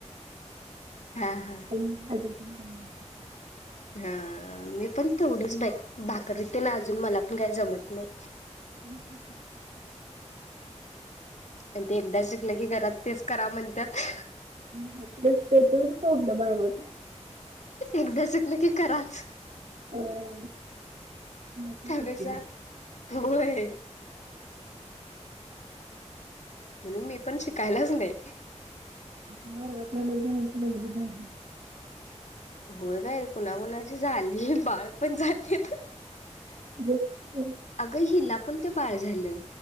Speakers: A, on the left (about 75°); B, on the right (about 80°).
A: हा हा
B: <inaudible> <unintelligible> <inaudible>
A: हा मी पण तेवढच बाय भाकरी तेन अजून मला पण काय जमत नाय.
B: <unintelligible> <inaudible>
A: अन ते एकदा शिकलं की घरात तेच करा म्हणत्यात.
B: नाय तेच तर तोचं प्रॉब्लम हाय बग.
A: एकदा शिकलं की कराचं.
B: अ त्यांना काही
A: त्यापेक्षा
B: सुट्टी नाही
A: होय म्हणून मी पण शिकायलाच नाय.
B: <unintelligible> <inaudible>
A: होय बाय कुणाकुणाची झालीये बाळ पण झालेत.
B: <unintelligible>
A: अगं हिला पण ते बाळ झालं